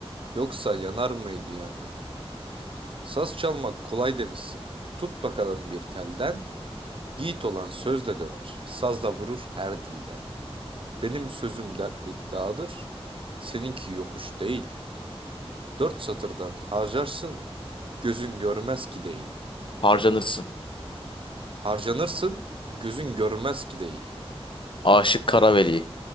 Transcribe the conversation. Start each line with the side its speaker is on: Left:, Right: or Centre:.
Right: Yoksa yanar mıydı yangın? Saz çalmak kolay demişsin. Tut bakalım bir telden. Yiğit olan sözle döver. Sazla vurur her dilden. Benim sözüm dertli dağdır. Seninki yokuş değil. Dört satırdan harcarsın, gözün görmez ki değil.
Left: Harcanırsın.
Right: Harcanırsın, gözün görmez ki değil.
Left: Aşık Karaveli.